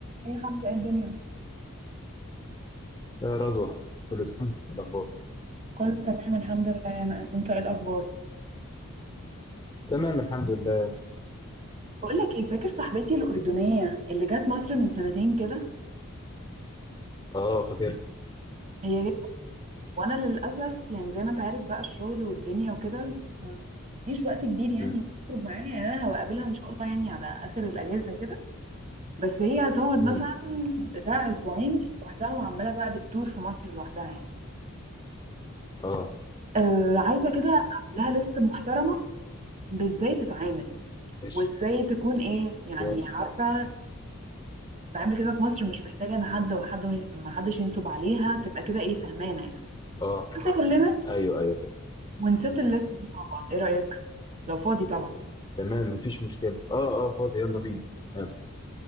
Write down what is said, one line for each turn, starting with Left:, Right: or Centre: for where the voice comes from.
Right: ايه يا حمزة ايه الدنيا
Left: يا رضوى كله تمام إيه الأخبار
Right: كله تمام الحمد لله انا انت ايه الاخبار
Left: تمام الحمد لله
Right: بقول لك ايه فاكر صاحبتي الاردنيه اللي جت مصر من سنتين كده
Left: اه فاكر
Right: هي جت وانا للاسف يعني زي ما انت عارف بقى الشغل والدنيا وكده ما عنديش وقت كبير يعني
Left: امم
Right: إني اخرج معاها يعني انا هقابلها ان شاء الله يعني على اخر الاجازه كده بس هي هتقعد
Left: امم
Right: مثلا بتاع اسبوعين لوحدها وعماله بقى بتدور في مصر لوحدها يعني
Left: اه
Right: آه عايزه كده اعمل لها ليست محترمه بازاي تتعامل
Left: ماشي
Right: وازاي تكون ايه يعني
Left: ماشي
Right: عارفه تعمل كده في مصر مش محتاجة ان حد وحد ما حدش ينصب عليها تبقى كده ايه فهمانة يعني
Left: اه
Right: قلت اكلمك
Left: ايوه ايوه فاكر
Right: ونسيت الليست دي مع بعض ايه رأيك لو فاضي طبعا
Left: تمام مفيش مشكلة اه اه فاضي يلا بينا يلا